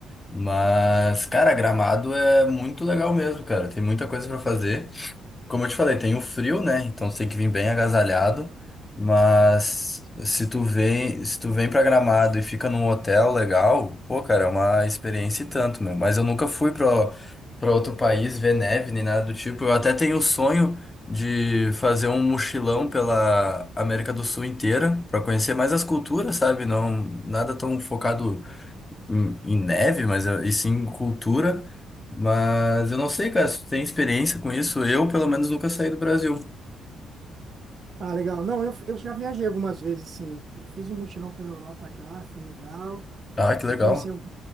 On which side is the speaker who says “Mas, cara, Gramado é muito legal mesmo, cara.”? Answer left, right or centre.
Left